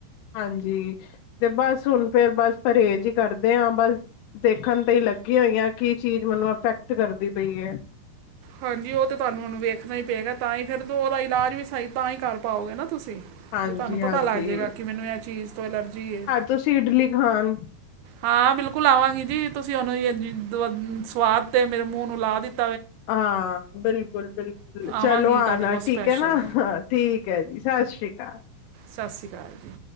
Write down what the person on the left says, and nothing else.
ਹਾਂਜੀ, ਤੇ ਬਸ ਹੁਣ ਫੇਰ ਬਸ ਪਰੇਜ ਈ ਕਰਦੇ ਆਂ ਬਾਸ, ਦੇਖਨ ਤੇ ਈ ਲੱਗੀ ਹੋਈ ਆਂ ਕੀ ਚੀਜ਼ ਮਨੂੰ ਅਫੈਕਟ ਕਰਦੀ ਪਈ ਏ।
ਹਾਂਜੀ
ਹਾਂਜੀ
ਤੁਸੀ ਇਡਲੀ ਖਾਨ
ਹਾਂ, ਬਿਲਕੁਲ-ਬਿਲਕੁਲ ਚਲੋ
ਆਨਾ
ਠੀਕ ਐ ਨਾ ਹਾਂ। ਠੀਕ ਐ ਜੀ, ਸਾਸ ਸ੍ਰੀ ਕਾਲ।